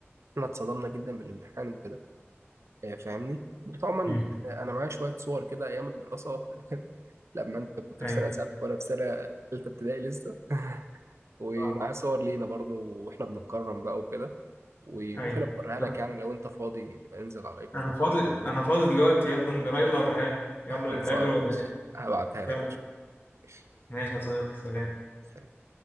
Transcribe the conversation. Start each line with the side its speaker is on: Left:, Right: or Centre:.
Right: احنا اتصدمنا جدا بالامتحان وكده آه، فاهمني وطبعا
Left: امم
Right: آه، انا معايا شويه صور كده ايام الدراسه <laughs> لما انت كنت
Left: ايوه
Right: في سنه سادسه وانا في سنه ثالثه ابتدائي لسه ومعايا
Left: اه
Right: صور لينا برضو واحنا بنتكرم بقى وكده وممكن
Left: ايوه
Right: اوريها
Left: طب
Right: لك يعني لو انت فاضي نبقى ننزل على الكافيه
Left: انا فاضي انا فاضي دلوقتي يلا نرايلر هل يلا
Right: <laughs> خلصانه
Left: نتقابل ورهالي
Right: مش هبعتها لك
Left: يلا
Right: قشطة. ماشي.
Left: ماشي يا صديقي سلام
Right: سلام.